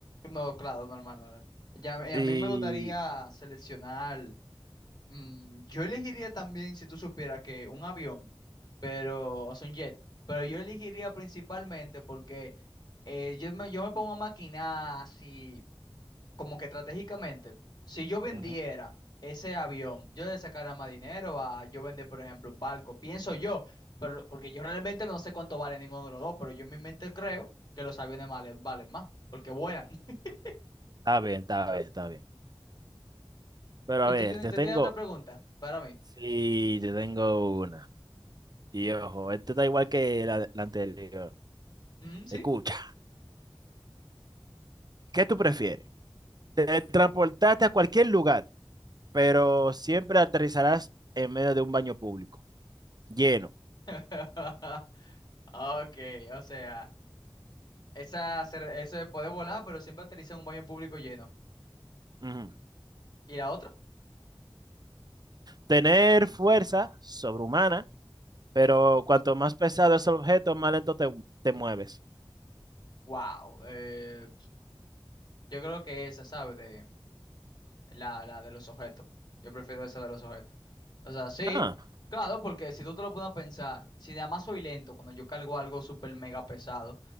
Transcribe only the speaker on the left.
No, claro, normal, normal. Ya, eh,
a mí me gustaría seleccionar. mm, yo elegiría también, si tú supieras, que un avión, pero, o sea, un jet. Pero yo elegiría principalmente porque eh, yo me, yo me pongo a maquinar así. como que estratégicamente, si yo vendiera
ese avión, yo le sacara más dinero a yo vender, por ejemplo, un barco, pienso yo, pero, porque yo realmente no sé cuánto vale ninguno de los dos, pero yo en mi mente creo que los aviones valen, valen más, porque vuelan. <laughs>
Pues
tú tienes,
tú
tienes otra pregunta para mí.
Mm, ¿Sí?
<laughs> Ok, o sea, esa, se- ese puede volar, pero siempre aterriza en un baño público lleno.
¿Y la otra?
Wow, eh, yo creo que esa, ¿sabes? La, la de los objetos. Yo prefiero esa de los objetos. O sea, sí,
claro, porque si tú te lo pones a pensar, si además soy lento cuando yo cargo algo súper mega pesado,